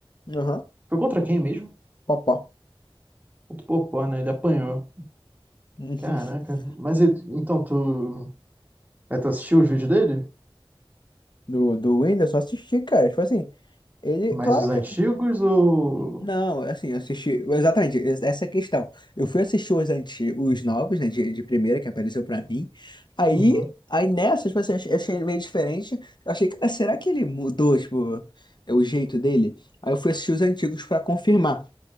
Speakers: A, on the left; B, on the right.
A: Aham,
B: Foi contra quem mesmo?
A: opa.
B: Contra o Popó, né? Ele apanhou.
A: <laughs>
B: Caraca, mas ele- então tu. Aí tu assistiu os vídeos dele?
A: Do, do Windows, só assisti, cara. Tipo assim, ele,
B: Mais
A: claro
B: os antigos
A: que.
B: ou.
A: Não, assim, eu assisti. Exatamente, es- essa é a questão. Eu fui assistir os antigos, os novos, né, de, de primeira, que apareceu pra mim. Aí,
B: Uhum,
A: aí nessas, tipo assim, eu achei eu achei ele meio diferente. Eu achei, cara, será que ele mudou, tipo, é o jeito dele? Aí eu fui assistir os antigos pra confirmar.